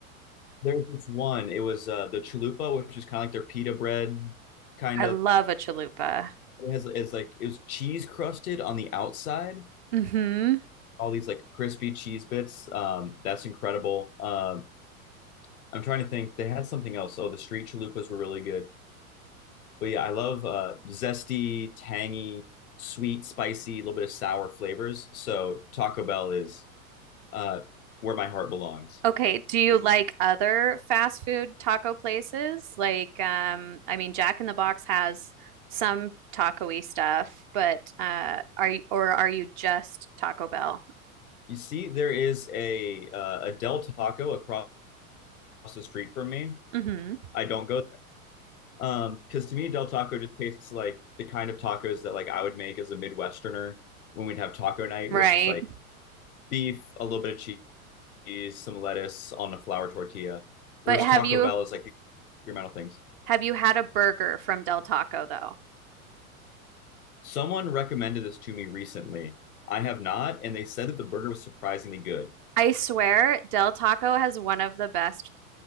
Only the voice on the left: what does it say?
There's this one. It was uh, the chalupa, which is kind of like their pita bread, kind
of.
It has is like it was cheese crusted on the outside.
All these like crispy cheese bits. Um, that's incredible. Um, I'm trying to think. They had something else. Oh, the street chalupas were really good. But yeah, I love uh, zesty, tangy, sweet, spicy, a little bit of sour flavors. So Taco Bell is uh, where my heart belongs.
You see, there is a uh, a Del Taco across the street from me.
I don't go there. Um, because to me, Del Taco just tastes like the kind of tacos that like I would make as a Midwesterner when we'd have taco night,
where it's just like beef, a little bit of cheese, some lettuce on a flour tortilla. Whereas
Taco
Bell is like these experimental things.
Someone recommended this to me recently. I have not, and they said that the burger was surprisingly good.